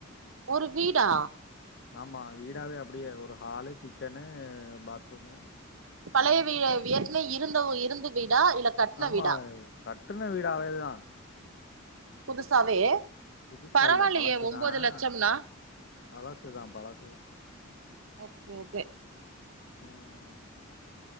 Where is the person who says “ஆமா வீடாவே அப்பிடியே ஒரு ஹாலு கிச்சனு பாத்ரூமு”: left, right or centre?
Left